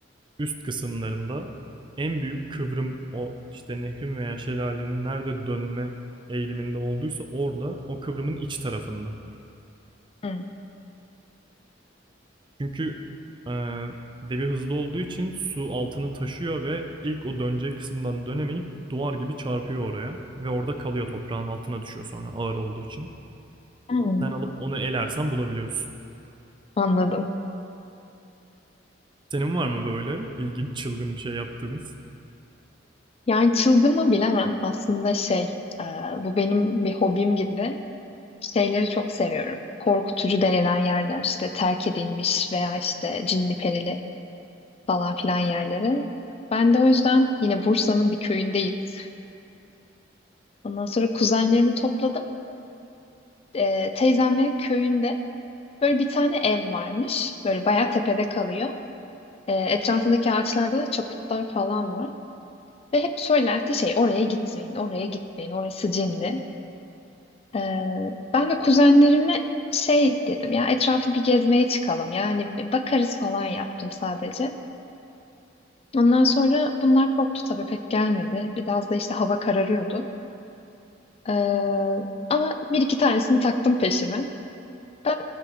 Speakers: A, on the right (about 25°); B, on the left (about 30°).
A: üst kısımlarında en büyük kıvrım o işte nehrin veya şelalenin nerede dönme eğiliminde olduysa orada o kıvrımın iç tarafında.
B: Hı.
A: Çünkü e, debi hızlı olduğu için su altını taşıyor ve ilk o döneceği kısımdan dönemeyip duvar gibi çarpıyor oraya ve orada kalıyor toprağın altına düşüyor sonra ağır olduğu için.
B: Hı.
A: Sen alıp onu elersen bulabiliyorsun.
B: Anladım.
A: Senin var mı böyle ilginç çılgın bir şey yaptığınız?
B: Yani çılgın mı bilemem. Aslında şey, e, bu benim bir hobim gibi. şeyleri çok seviyorum. Korkutucu denilen yerler işte terk edilmiş veya işte cinli perili falan filan yerleri. Ben de o yüzden yine Bursa'nın bir köyündeyiz. Ondan sonra kuzenlerimi topladım. Ee, teyzemlerin köyünde böyle bir tane ev varmış. Böyle bayağı tepede kalıyor. Ee, etrafındaki ağaçlarda da çaputlar falan var. Ve hep söylenti şey oraya gitmeyin, oraya gitmeyin, orası cinli. Ee, ben de kuzenlerime şey dedim ya etrafı bir gezmeye çıkalım yani bir bakarız falan yaptım sadece. Ondan sonra bunlar korktu tabii pek gelmedi. Biraz da işte hava kararıyordu. Ee, ama bir iki tanesini taktım peşime. Ben